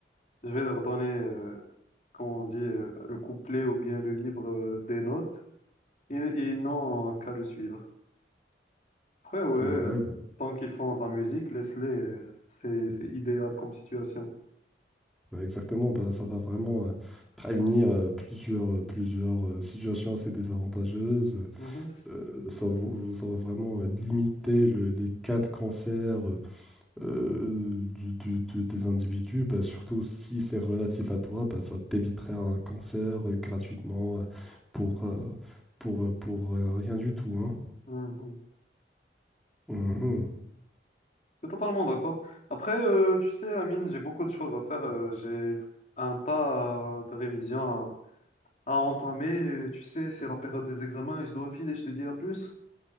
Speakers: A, on the left; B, in the centre.
A: je vais leur donner, euh, comment on dit, euh, le couplet ou bien le livre euh, des notes, et et ils n'ont qu'à le suivre. Après, ouais,
B: Ouais.
A: euh, tant qu'ils font de la musique, laisse-les, euh, c'est, c'est idéal comme situation.
B: Bah, exactement, bah, ça va vraiment euh, prévenir euh, plusieurs, euh, plusieurs euh, situations assez désavantageuses.
A: Mhm,
B: Euh, ça, vous- ça va vraiment euh, limiter le- les cas de cancer euh, euh, du- du- du- des individus, bah, surtout si c'est relatif à toi, bah, ça t'éviterait un cancer euh, gratuitement euh, pour, euh, pour, euh, pour euh, rien du tout, hein.
A: mhm.
B: Mhm.
A: Je suis totalement d'accord. Après, euh, tu sais, Amine, j'ai beaucoup de choses à faire. euh, j'ai un tas euh, de révisions à entamer. euh, Tu sais, c'est la période des examens et je dois filer. Je te dis à plus.